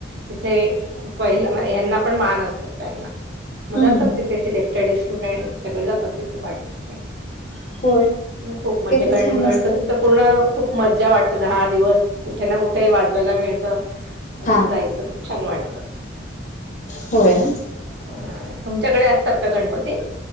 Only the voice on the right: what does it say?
तिथे पहि हना पण मान नसतो त्यांना
मग जातात
तिथे सिलेक्टेड स्टुडंट सगळे जातात तिथे पार्टिसिपेंट
खूप म्हणजे
गण
गणपतीत
तर पूर्ण खूप मज्जा वाटत दहा दिवस कुठे ना कुठे वाजवायला मिळतं
मजायचं खूप छान वाटतं
हम्म तुमच्याकडे असतात का गणपती